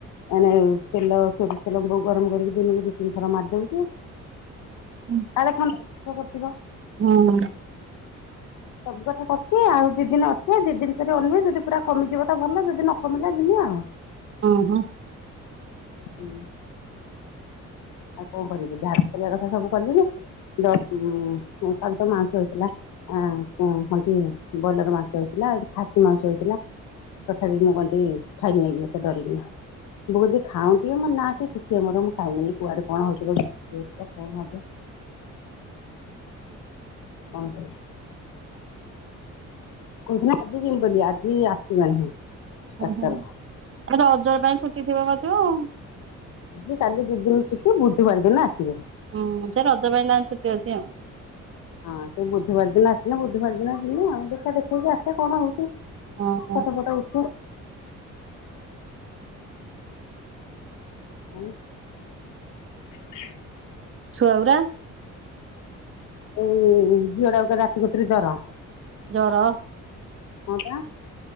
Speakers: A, on the left; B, on the right.
A: ଏଣେ ତେଲ ସୋରିଷ ତେଲ ବୋଉ ଗରମ କରିକି ଦିନକୁ ଦି ତିନି ଥର ମାରି ଦଉଛି।
B: ହୁଁ
A: ତାହଲେ ଖାନ୍ କରଥିବ
B: ହୁଁ।
A: ସବୁ କଥା କରୁଛି ଆଉ ଦି ଦିନ ଅଛେ ଦି ଦିନ ଅନିବେ ଯଦି ପୁରା କମିଯିବ ତ ଭଲ ଯଦି ନ କମି ଲା ଜିମି ଆଉ। <inaudible>
B: ଉଁ ହୁ
A: ହୁଁ ଆଉ କଣ କରିବି ଯାହା ତ କରିବା କଥା ସବୁ କିଲିନି କାଲି ତ ମାଉଁସ ହେଇଥିଲା। ଆ କ ହୁନ୍ତି ବ୍ରଏଲର ମାଂସ ହେଇଥିଲା ଏଠି ଖାସି ମାଂସ ହେଇଥିଲା। ତଥାପି ମୁଁ କହନ୍ତି ଖାଇନି ବି ଏତେ ଡରିକିନା। ଭୋଜି ଖାଉନ୍ ଟିକେ ମୋ ନା ସେ ଟିକେ ମୋର ମୁଁ ଖାଇମିନି କୁଆଡେ କଣ ହବ କଣ ହବ। କଣ <unintelligible> କହୁଥିଲା ଆଜି ଜୀମି ବୋଲି ଆଜି ଆସିଲା ନାହିଁ।
B: ହୁଁ
A: ଡାକ୍ତର।
B: ହୁଁ ଆ ରଜର ପାଇଁ ଛୁଟି ଥିବ ବୋଧେ ଆଉ।
A: ଆଜି କାଲି ଦି ଦିନ ଛୁଟି ବୁଧବାର ଦିନ ଆସିବେ।
B: ଉଁ ସେ ରଜ ପାଇଁ ତାଙ୍କ ଛୁଟି ଅଛି ଆଉ।
A: ହଁ ସେ ବୁଧବାର ଦିନ ଆସିଲେ ବୁଧବାର ଦିନ ଯିମି ଆଉ ଦେଖା ଦେଖେଇକି ଆସିବା କଣ ହଉଛି।
B: ହଁ
A: ଫଟ ଫଟ ଉଠେ <inaudible>
B: ଛୁଆ ଗୂରା।
A: ଇ ଝିଅ ଟା କୁ ରାତି କତୁରୁ ଜର।
B: ଜର
A: କଁ ଟା